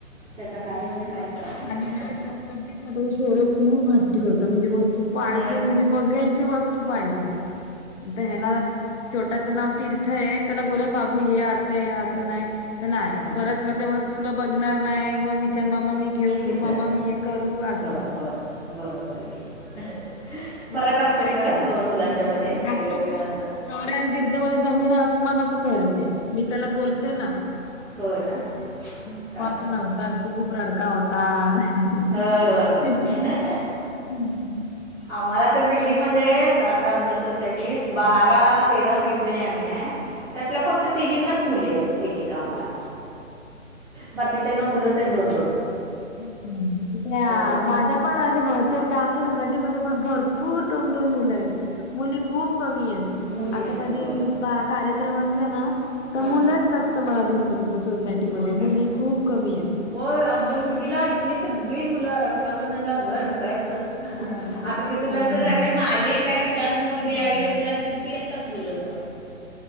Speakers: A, on the right; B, on the left.
A: त्याचा काही
B: आणि
A: म्हणजे
B: तीन
A: काहीच
B: वर्ष
A: त्रास
B: झाली
A: नाही
B: ना का कधीच नाही शौर्य खूप हट्ठी होता म्हणजे मस्त तो पाहिजे
A: हं,
B: म्हणजे बघेल ती वस्तू पाहिजे आता ह्याला छोट्याचं नाव तीर्थ आहे त्याला बोल्ल ना बाबू हे असंय असं नाही तर नाही
A: हां
B: परत मग त्या वस्तूला बघणार नाही मग विचारणार मम्मी मी घेऊ
A: विचार
B: मम्मा मी हे करू असं
A: होय होय बरोबर आहे की हह फरक
B: असं
A: असतोय
B: काही
A: खरं
B: नाही
A: दोन मुलांच्यामध्ये
B: हम्म
A: वेगळं
B: असतो
A: वेगळं
B: खूप
A: असतात.
B: शौर्य आणि तीर्थ मध्ये जमीन आसमानाचा फरक आहे मी त्याला बोलते ना
A: होय ना
B: पण तू
A: काय
B: असा
A: करायचं
B: नव्हतास तू खूप रडका होता हीहीही
A: होय होय होय
B: हम्म
A: आम्हाला तर बिल्डिंगमध्ये आता आमच्या सोसायटीत बारा तेरा मैत्रिणी आम्ही हाय त्यातल्या फक्त तिघींनाच मुली आहेत एकेक आम्हाला. बाकीच्यांना मुलंच आहेत दोन दोन
B: <unintelligible>
A: होय
B: माझ्यात पण आता बघते का आमच्या सोसायटी मध्ये पण भरपूर दोन दोन मुलं आहेत. मुली खूप कमी आहेत
A: मुली
B: असं
A: नाहीत
B: कधी
A: होय
B: बा कार्यक्रम असला ना तर
A: हां
B: मुलंच जास्त मला दिसतात सोसायटीमध्ये
A: मग काय
B: मुली
A: तर
B: खूप कमी आहेत.
A: होय आमच्या मुलगीला इथली सगळी मुलं रक्षाबंधनला घर भरायचं.
B: हा ना हम्म.
A: आता तिचं लग्न झालंय मग आलीये काय विचारून मग
B: हम्म.
A: जे अवेलेबल असतील ती येतात मुलं मग